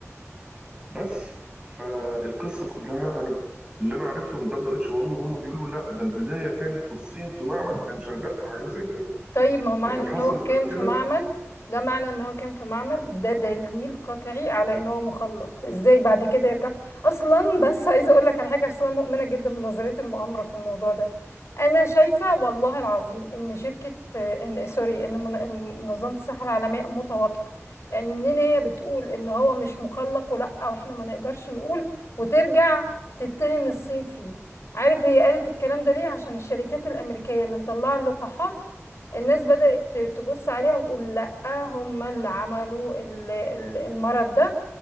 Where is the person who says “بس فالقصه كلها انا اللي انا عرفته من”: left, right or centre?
Right